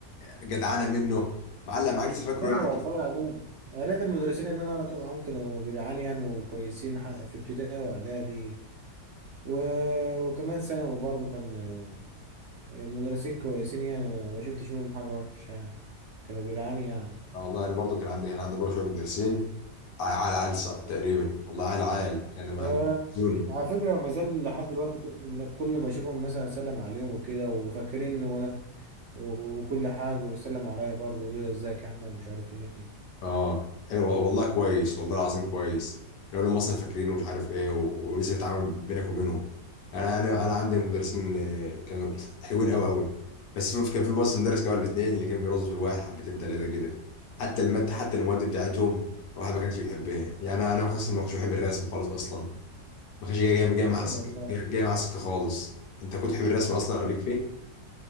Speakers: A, on the left; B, on the right.
A: آه، جدعانه منه معلق معاك لسه فاكره
B: أيوة
A: يعني
B: والله العظيم يا ريت المدرسين اللي أنا قرأت معاهم كانوا جدعان يعني وكويسين ح- في ابتدائي وإعدادي و... وكمان ثانوي برضه كان آه، المدرسين كويسين يعني ما ما شفتش منهم حاجة وحشة يعني كانوا جدعان يعني
A: آه والله انا برضو كان عندي كان عندي برضه شويه مدرسين ع- عال عال ص- تقريبا والله عال عال كانوا
B: و...
A: يعني بيزوني
B: وعلى فكرة ما زال لحد دلوقتي ك- كل ما أشوفهم مثلا أسلم عليهم وكده وفاكريني وأنا وكل حاجة ويسلموا عليا برضه يقولوا لي ازيك يا أحمد مش عارف ايه
A: اه حلو والله كويس والله العظيم كويس لو لهم مثلا فاكرين ومش عارف ايه و... ولسه في تعامل بينك وبينهم يعني انا انا انا عندي مدرسين آه، كانوا حلوين قوي قوي بس في كان في بس مدرس كده ولا اتنين اللي كانوا بيرازوا في الواحد حبتين تلاته كده حتى الماده حتى المواد بتاعتهم الواحد ما كانش بيحبها يعني انا انا خاصه ما كنتش بحب الرسم خالص اصلا ما كانش جاي جاي جاي
B: حسب
A: مع سكه
B: والله
A: جاي جاي مع سكه خالص انت كنت تحب الرسم اصلا او ليك فيه